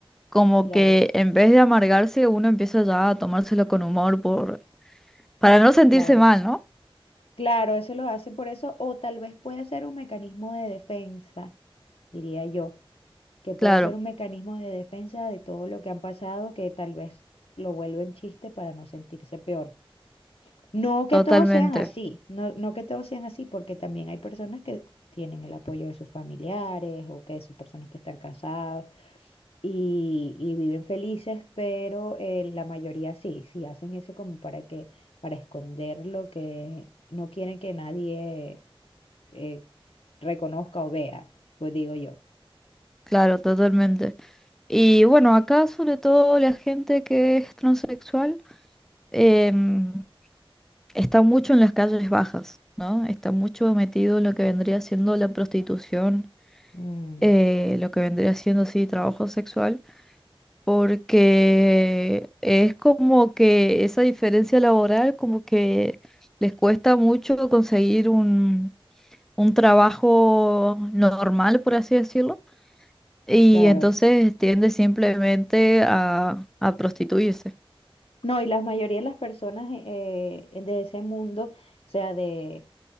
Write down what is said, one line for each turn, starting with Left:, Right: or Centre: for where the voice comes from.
Centre: como
Left: Claro,
Centre: que en vez de amargarse uno empieza ya a tomárselo con humor por... Para no sentirse
Left: claro.
Centre: mal, ¿no?
Left: Claro, eso lo hacen por eso, o tal vez puede ser un mecanismo de defensa, diría yo, que puede
Centre: Claro,
Left: ser un mecanismo de defensa de todo lo que han pasado, que tal vez lo vuelven chiste para no sentirse peor. No que
Centre: totalmente.
Left: todos sean así, no, no que todos sean así, porque también hay personas que tienen el apoyo de sus familiares o que son personas que están casados y, y viven felices, pero eh, la mayoría sí, sí hacen eso como para que, para esconder lo que no quieren que nadie eh, reconozca o vea, pues digo yo.
Centre: Claro, totalmente. Y bueno, acá sobre todo la gente que es transexual em, está mucho en las calles bajas, ¿no? Está mucho metido en lo que vendría siendo la prostitución,
Left: Mm,
Centre: eh, lo que vendría siendo, sí, trabajo sexual, porque es como que esa diferencia laboral como que les cuesta mucho conseguir un, un trabajo normal, por así decirlo, y
Left: claro.
Centre: entonces tiende simplemente a, a prostituirse.
Left: No, y la mayoría de las personas eh, eh, de ese mundo, o sea, de,